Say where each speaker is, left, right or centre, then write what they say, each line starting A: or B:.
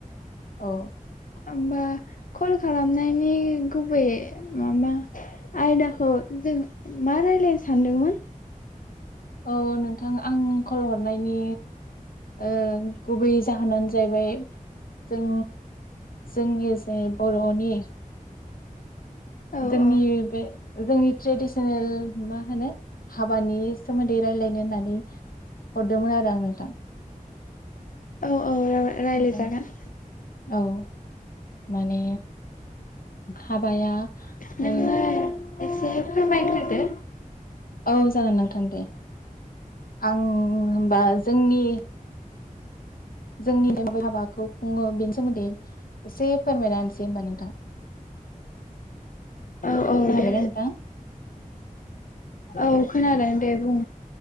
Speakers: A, on the left; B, on the left.
A: औ।
B: होमबा कल खालामनायनि गुबैयै माबा आयदाखौ जों मा रायज्लायनो सानदोंमोन?
A: औ नों नोंथां आं कल हर नायनि ओ गुबै जाहोनानो जाहैबाय जों जोंनि जे बर'नि
B: औ
A: जोंनि
B: औ
A: बे जोंनि ट्रेडिसनेल मा होनो हाबानि सोमोन्दै रायज्लायनो होननानै हरदोंमोन आरो आं नोंथां
B: औ औ रायज्लाय
A: ओमफ्राय
B: जागोन
A: औ माने हाबाया
B: नोंनो
A: ओ
B: एसे फोरमायग्रोदो
A: औ जागोन नोंथां दे आं होनबा जोंनि जोंनि <unintelligible> हाबाखौ खुङो बेनि सोमोन्दै एसे फोरमायना होनसै होनोमबा नोंथां
B: औ औ
A: खोनाबायना
B: दे
A: नोंथां?
B: औ खोनादों दे बुं